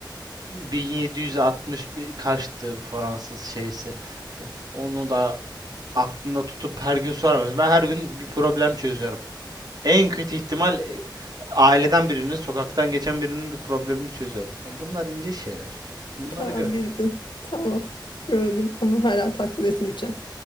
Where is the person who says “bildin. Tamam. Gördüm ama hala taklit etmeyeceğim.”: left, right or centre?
Left